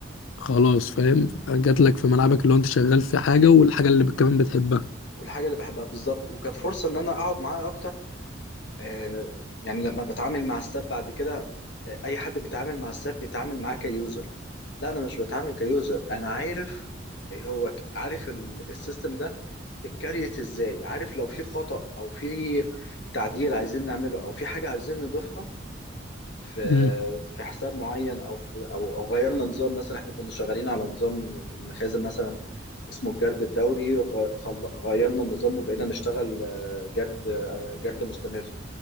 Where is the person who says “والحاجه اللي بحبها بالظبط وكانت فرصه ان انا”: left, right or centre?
Left